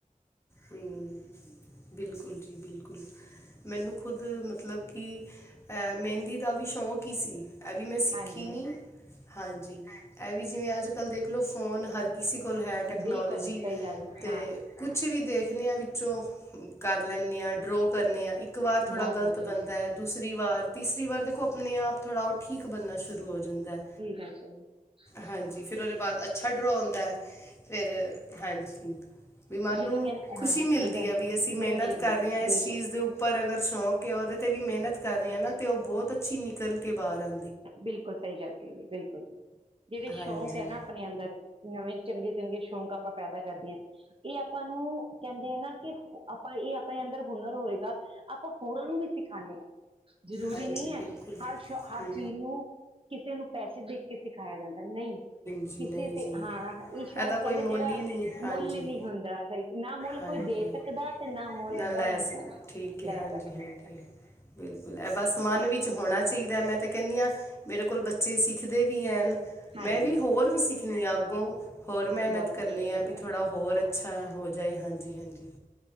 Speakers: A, on the left; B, on the right.
A: ਹੂੰ, ਬਿਲਕੁਲ ਜੀ ਬਿਲਕੁਲ। ਮੈਨੂੰ, ਖੁਦ ਮਤਲਬ ਕਿ, ਮਹਿੰਦੀ ਦਾ ਵੀ ਸ਼ੌਕ ਹੀ ਸੀ। ਐ, ਵੀ ਮੈਂ ਸਿੱਖੀ
B: ਹਾਂਜੀ
A: ਨੀ,
B: ਹੈ
A: ਹਾਂਜੀ। ਇਹ ਵੀ ਜਿਵੇਂ, ਅੱਜ ਕੱਲ ਦੇਖ ਲਓ, ਫ਼ੋਨ ਹਰ ਕਿਸੀ ਕੋਲ ਹੈ ਟੈਕਨੋਲੋਜੀ।
B: ਬਿਲਕੁਲ ਸਹੀ ਗੱਲ ਹੈ
A: ਤੇ
B: ਹਾਂ
A: ਕੁ ਕੁਛ ਵੀ, ਦੇਖ ਲਿਆ ਵਿੱਚੋਂ ਕਰ ਲੈਨੀ ਆ, ਡਰਾਅ ਕਰਨੀ ਆ, ਇੱਕ ਵਾਰ ਥੋੜ੍ਹਾ
B: ਬਹੁਤ
A: ਗਲਤ
B: ਵਧੀਆ
A: ਬਣਦਾ, ਦੂਸਰੀ ਵਾਰ ਤੀਸਰੀ ਵਾਰ, ਦੇਖੋ ਆਪਣੇ ਆਪ, ਥੋੜ੍ਹਾ ਉਹ ਠੀਕ ਬਣਨਾ ਸ਼ੁਰੂ ਹੋ ਜਾਂਦਾ।
B: <unintelligible>
A: ਹਾਂਜੀ, ਫਿਰ ਉਹਦੇ, ਬਾਅਦ ਅੱਛਾ ਡਰਾਅ ਹੁੰਦਾ ਫਿਰ, ਹਾਂਜੀ। ਵੀ ਮਨ
B: ਜਦੋਂ
A: ਨੂੰ,
B: ਕਹਿੰ
A: ਖੁਸ਼ੀ
B: ਹਾਂਜੀ
A: ਮਿਲਦੀ
B: ਸਹੀ ਗੱਲ
A: ਹੈ। ਵੀ ਅਸੀ
B: ਮਿਲਦੀ
A: ਮਿਹਨਤ
B: ਹੈ ਮਿਲਦੀ
A: ਕਰ ਰਹੇ
B: ਹੈ,
A: ਹਾਂ, ਇਸ
B: ਬਿਲਕੁਲ
A: ਚੀਜ਼ ਦੇ ਉਪ ਪਰ ਅਗਰ ਸ਼ੌਂਕ ਆ, ਉਹਦੇ ਤੇ ਵੀ ਮਿਹਨਤ ਕਰ ਰਹੀ ਹਾਂ ਨਾ। ਤੇ ਉਹ ਬਹੁਤ ਅੱਛੀ ਨਿਕਲ ਕੇ ਬਾਹਰ ਆ
B: ਬਿਲਕੁਲ, ਸਹੀ ਗੱਲ ਕਹੀ ਏ। ਬਿਲਕੁਲ, ਜਿਹੜੇ ਸ਼ੌਂਕ
A: ਹਾਂਜੀ
B: ਹੈਂ ਨਾ, ਅਪਨੇ ਅੰਦਰ, ਨਵੇਂ ਚੰਗੇ- ਚੰਗੇ ਸ਼ੌਕ, ਆਪਾਂ ਪੈਦਾ ਕਰਦੇ ਹਾਂ। ਇਹ ਆਪਾਂ ਨੂੰ, ਕਹਿੰਦੇ ਏਂ ਨਾ, ਕਿ ਆਪਾਂ, ਇਹ ਆਪਨੇ ਅੰਦਰ ਹੁਨਰ ਹੋਏਗਾ। ਆਪਾਂ ਹੋਰਾਂ ਨੂੰ ਵੀ ਸਿਖਾਉਂਨੇਂ ਆਂ। ਜਰੂਰੀ
A: ਹਾਂਜੀ
B: ਨਹੀਂ ਹੈ,
A: ਬਿਲਕੁਲ
B: ਹਰ ਸ਼ੋ, ਹਰ
A: ਹੂੰ
B: ਚੀਜ਼ ਨੂੰ ਕਿਸੇ ਨੂੰ, ਪੈਸੇ ਦੇ ਕੇ ਸਿਖਾਇਆ ਜਾਏ। ਨਹੀਂ,
A: ਜੀ
B: ਕਿਸੇ
A: ਨਹੀਂ
B: ਤੇ
A: ਜੀ
B: ਹਾਂ, ਇਹ ਸ਼ੌਕ
A: ਇਹਦਾ ਕੋਈ
B: ਏ ਨਾ
A: ਮੁੱਲ
B: ਜਿਹੜਾ,
A: ਹੀ ਨਹੀਂ ਹਾਂਜੀ
B: ਮੁੱਲ ਹੀ ਨਹੀਂ ਹੁੰਦਾ। ਨਾ ਮੁੱਲ
A: ਹਾਂਜੀ
B: ਕੋਈ ਦੇ ਸਕਦਾ ਤੇ, ਨਾ ਮੁੱਲ ਇਹਦਾ
A: ਲੈ
B: ਹੁੰਦਾ
A: ਸਕਦੇ ਠੀਕ ਹੈ
B: ਲੈ
A: ਹਾਂਜੀ
B: ਸਕਦਾ,
A: ਹਾਂਜੀ
B: ਸਹੀ ਗੱਲ ਐ।
A: ਬਿਲਕੁਲ, ਇਹ ਬਸ ਮਨ ਵਿੱਚ ਹੋਣਾ ਚਾਹੀਦਾ। ਮੈਂ ਤੇ ਕਹਿੰਦੀ ਹਾਂ, ਮੇਰੇ ਕੋਲ ਬੱਚੇ ਸਿੱ ਖਦੇ, ਵੀ ਹੈ ਨ
B: ਹਾਂਜੀ
A: ਮੈਂ ਵੀ ਹੋਰ ਵੀ, ਸਿੱਖਨੀ ਆਂ ਅੱਗੋਂ, ਹੋਰ ਮਿਹਨਤ
B: ਬਹੁਤ
A: ਕਰਨੀ
B: ਵਧੀਆ
A: ਆ।
B: ਗੱਲ
A: ਬਈ
B: ਹੈ
A: ਥੋੜ੍ਹਾ ਹੋਰ ਅੱਛਾ ਹੋ ਜਾਏ, ਹਾਂਜੀ- ਹਾਂਜੀ।